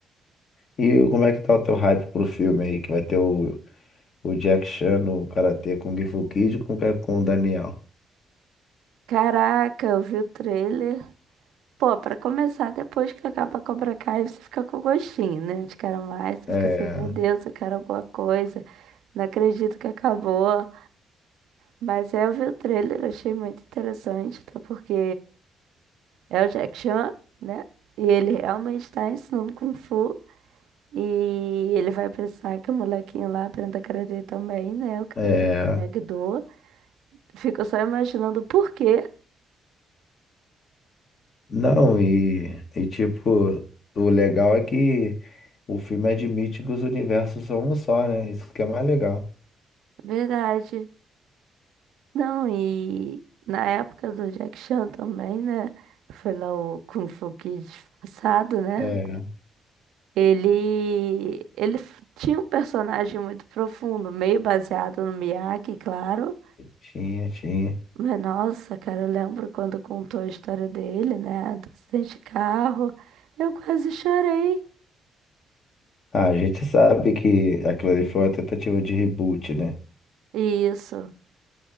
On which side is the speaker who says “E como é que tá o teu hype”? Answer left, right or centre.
Left